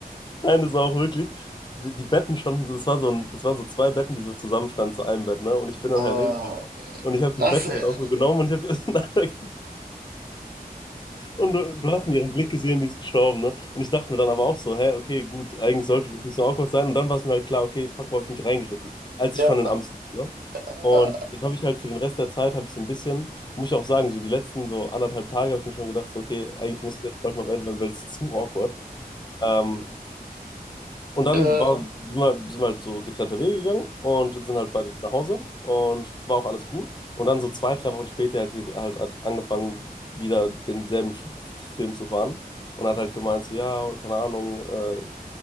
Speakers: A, on the left; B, on the right.
A: nein, das war auch wirklich, die Betten standen, so, das waren so, ein- das waren so zwei Betten, die so zusammenstanden zu einem Bett, ne? Und ich bin
B: Ah,
A: dann halt, denk- und ich habe die
B: ach,
A: Betten
B: so.
A: halt
B: <laughs>
A: auch so genommen und ich habe die <laughs> auseinandergezogen. Und du, du hast in ihrem Blick gesehen, die ist gestorben, ne? Und ich dachte mir dann aber auch so, hä, okay, gut, eigentlich sollte das nicht so awkward sein. Und dann war es mir halt klar, okay, fuck, wo habe ich mich reingeritten? Als ich
B: Ja,
A: schon in Amsterdam war, ne?
B: ja,
A: Und dann habe ich halt für den Rest der Zeit, habe ich so ein bisschen, muss ich auch sagen, so die letzten so anderthalb Tage habe ich mir schon gedacht, so, okay, eigentlich muss ich jetzt bald mal beenden, weil es ist zu awkward. Ähm, und dann
B: ja,
A: war, sind wir, sind wir halt so getrennte Wege gegangen und sind halt beide nach Hause und war auch alles gut. Und dann so zwei, drei Wochen später hat sie halt, halt angefangen, wieder denselben Sch- Film zu fahren und hat halt gemeint, so, ja, keine Ahnung, äh,